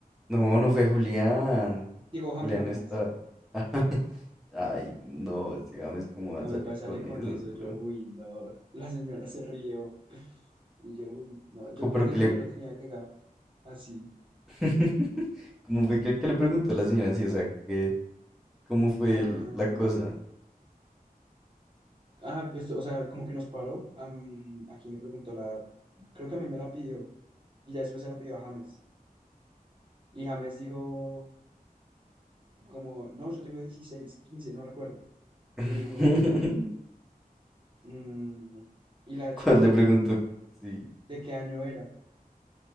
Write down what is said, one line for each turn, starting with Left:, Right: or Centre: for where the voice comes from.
Centre: No, no fue Julián.
Right: Digo, James,
Centre: Julián
Right: James,
Centre: no está.
Right: James.
Centre: <laughs> Ay, no, ese James, ¿cómo va
Right: James
Centre: a salir
Right: Baite sale
Centre: con
Right: con
Centre: esos,
Right: eso.
Centre: bro?
Right: Yo, uy, no. La señora se rió. Y yo, uy, no. Yo
Centre: Co- Pero
Right: contesté
Centre: que le.
Right: que yo lo tenía agregado. Así.
Centre: <laughs> ¿Cómo fue que, que le preguntó la señora si, o sea, que, ¿cómo fue
Right: Ah,
Centre: el- la cosa?
Right: ah, pues, o sea, como que nos paró. am, ¿a quién le preguntó la edad? Creo que a mí me la pidió. Y ya después se la pidió a James. Y James dijo, como, no, yo tengo 16 15 no recuerdo.
Centre: <laughs>
Right: Y dijo, mm, y la
Centre: Cuando
Right: chica le
Centre: le
Right: preguntó,
Centre: preguntó,
Right: como,
Centre: sí,
Right: de qué año era.